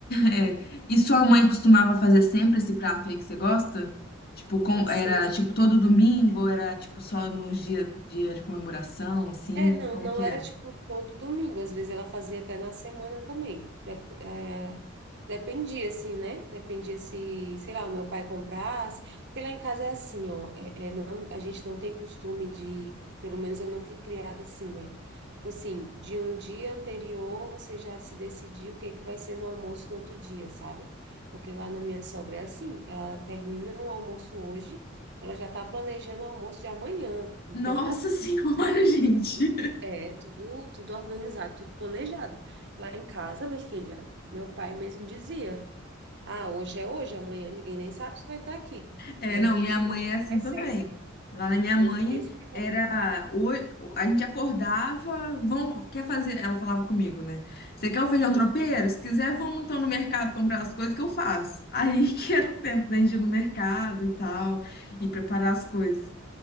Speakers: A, on the left; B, on the right.
A: É. E sua mãe
B: É.
A: costumava fazer sempre esse prato aí que você gosta? Tipo, com,
B: Sim,
A: era tipo todo domingo, ou era tipo só nos dias dia de comemoração, assim,
B: É, não,
A: como
B: não
A: que
B: era
A: era?
B: tipo todo domingo, às vezes ela fazia até na semana também. Dep- é, dependia, assim, né? Dependia se, sei lá, o meu pai comprasse. Porque lá em casa é assim, ó, é, é, não, a gente não tem costume de, pelo menos eu não fui criada assim, né? Tipo Assim, de um dia anterior você já se decidiu o que é que vai ser no almoço no outro dia, sabe? Porque lá na minha sogra é assim, ela termina o almoço hoje, ela já tá planejando o almoço de amanhã, então.
A: Nossa Senhora,
B: <laughs> Uhum.
A: <laughs> gente.
B: É, tudo, tudo organizado, tudo planejado. Lá em casa, minha filha, meu pai mesmo dizia: Ah, hoje é hoje, amanhã ninguém nem sabe se vai estar aqui.
A: É,
B: Amanhã
A: não,
B: a gente
A: minha mãe
B: vê o que
A: é assim
B: vai
A: também.
B: ser.
A: Lá na minha
B: Não
A: mãe
B: tinha esse negócio.
A: era oi- a gente acordava, vão, quer fazer, ela falava comigo, né? Você quer o feijão
B: Uhum.
A: tropeiro? Se quiser, vamos então no mercado comprar as coisas que eu faço. Aí <laughs> que era o tempo da gente ir no mercado e tal, e preparar as coisas.